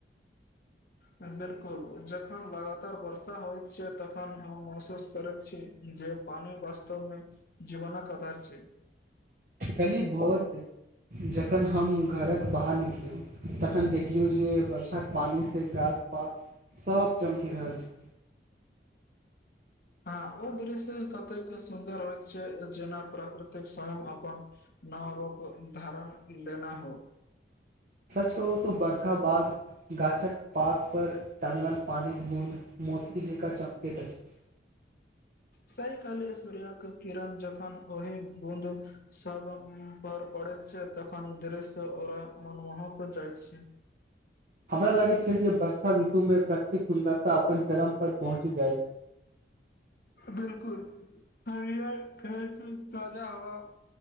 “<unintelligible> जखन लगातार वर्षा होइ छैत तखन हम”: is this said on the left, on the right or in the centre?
Left